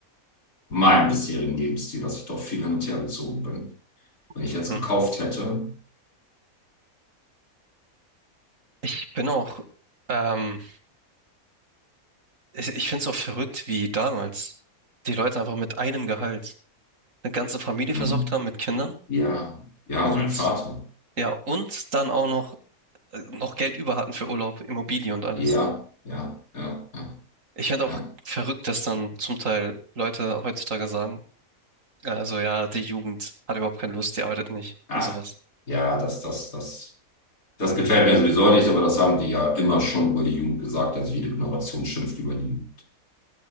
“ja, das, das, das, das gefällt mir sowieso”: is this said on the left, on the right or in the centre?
Left